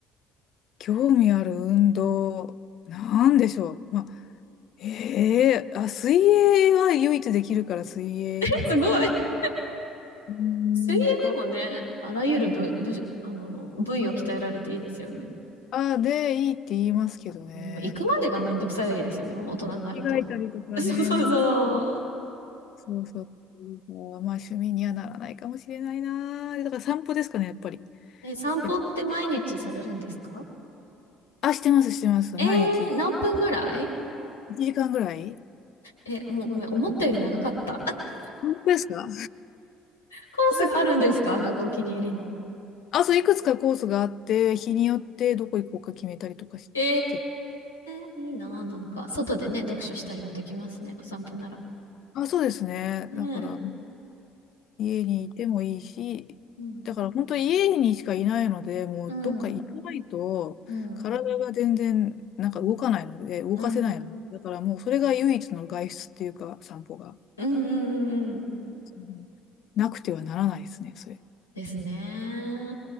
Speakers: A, on the left (about 55°); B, on the left (about 85°).
A: 興味ある運動、なんでしょう。まあ、ええあ、水泳は唯一できるから水泳とかかな
B: えすごい。
A: うーん、
B: 水泳でもね、
A: が
B: あらゆる部、部、あの、部位を鍛えられていいですよね。
A: あ、で、いいって言いますけどね。
B: あのでも行くまでがめんどくさいですよね、もう大人になると。
A: 着替えたりとかね、
B: <laughs> そうそうそう。
A: めんどくさいそうそう。まあ、趣味にはならないかもしれないな。だから散歩ですかね、やっぱり。
B: え、散歩って毎日されるんですか
A: いやあ、してます、してます。
B: えー、
A: 毎日
B: 何分ぐらい
A: 1時間ぐらい。
B: え、もうごめん、思ったより長かった。<laughs>
A: 本当ですか
B: コースがあるんですかなんかお気に入りの。
A: <laughs> あ、そう、いくつかコースがあって、日によってどこ行こうか決めたりとかして。
B: えー、いいなあ、なんか、外でね、読書したりもできますね、お散歩なら。
A: あ、そうですね。
B: ねえ。
A: だから、家にいてもいいし、
B: うん。
A: だから本当に家にしかいないので、もうどっか行かないと、
B: うん。うん。
A: 体が全然なんか動かないので、動かせないの。
B: うん。
A: だからもうそれが唯一の外出っていうか、散歩が。
B: うんうんうんうん。
A: うんなくてはならないですね、それ。
B: ですね。